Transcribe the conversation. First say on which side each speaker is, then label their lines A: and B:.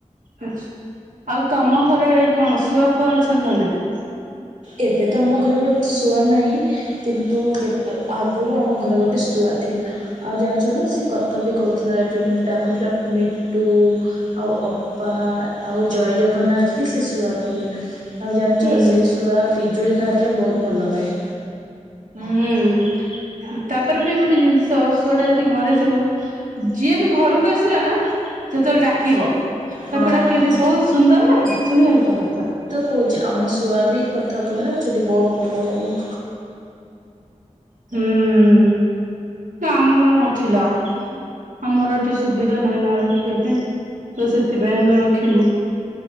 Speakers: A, on the right; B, on the right.
A: ଆଉ ତମ ଘରେ କଣ ଶୁଆ ଫୁଆ ଅଛନ୍ତି ନା ନାଇଁ?
B: ଏବେ ତ ଆମ ଘରେ ଗୋଟେ ଶୁଆ ନାଇଁ କିନ୍ତୁ ଯେତ ଆଗରୁ ଆମ ଘରେ ଗୋଟେ ଶୁଆ ଥିଲା। ଆଉ ଜାଣିଚ ନା ସେ କଥା ବି କହୁଥିଲା ଯେମିତି ଡାକୁଥିଲା ମିଟୁ ଆଉ ଅପା ଆଉ ଜୟ ଜଗନ୍ନାଥ ବି ସେ ଶୁଆ କୁହେ। ଆଉ ଜାଣିଚ
A: ହୁଁ
B: ସେଇ ଶୁଆ ପିଜୁଳି ଖାଇବା ପାଇଁ ବହୁତ୍ ଭଲ ପାଏ।
A: ହୁଁ ତାପରେ ବି ଗୋଟେ ଜିନିଷ ଶୁଆ ଟା ଯଦି ଘରେ ଥିବ ଯିଏ ବି ଘରକୁ ଆସିଲା ନା ସେତବଳେ ଡାକିବ।
B: ହଁ
A: ତାକୁ ଡାକିବ ସେ ବହୁତ୍ ସୁନ୍ଦର୍ ଲାଗେନା ଶୁଣିବାକୁ ତା କଥା।
B: କହୁଚି ଆମ ଶୁଆ ବି କଥା କୁହେ ନା ସେଇଠି ବହୁତ୍ ଭଲ ଲାଗେ।
A: ହୁଁ ତ ଆମର ନଥିଲା। ଆମର ଏଠି ସୁବିଧା ନାହିଁ ନା ରଖିବା ପାଇଁ ତ ସେଥିପାଇଁ ଆମେ ରଖିନୁ।